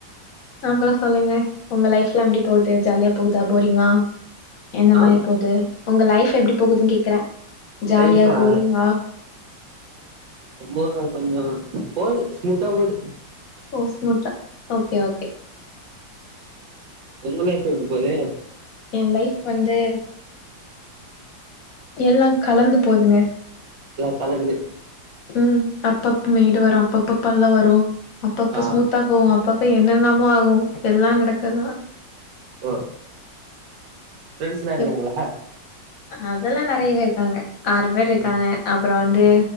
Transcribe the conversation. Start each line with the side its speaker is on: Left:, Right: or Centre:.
Left: அப்பறோ சொல்லுங்க உங்க லைப்லா எப்டி போகுது ஜாலியா போகுதா போரிங்கா எந்த
Right: ஆ
Left: மாதிரி போகுது உங்க லைஃப் எப்டி போகுதுன்னு கேக்குறே ஜாலியா
Right: லைஃபா
Left: போரிங்கா
Right: ரொம்ப கொஞ்சோ போகுது ஸ்மூத்தா போகுது
Left: ஓ ஸ்மூத்தா ஓகே ஓகே
Right: உங்க லைஃப் எப்டி போது
Left: ஏ லைஃப் வந்து எல்லா கலந்து போதுங்க
Right: எல்லா கலந்து
Left: ம் அப்ப அப்ப மேடு வரு அப்பப்ப பள்ளோ வரு அப்பப்ப
Right: ஆ
Left: ஸ்மூத்தா போவு அப்பப் ப என்னன்னமோ ஆகு எல்லா நடக்கதா
Right: ஓ ஃப்ரெண்ட்ஸ்ல்லா இருக்காங்களா
Left: எப் அதெல்லா நெறைய பேர் இருக்காங்க ஆறு பேர் இருக்காங்க
Right: ஓ
Left: அப்பறோ வந்து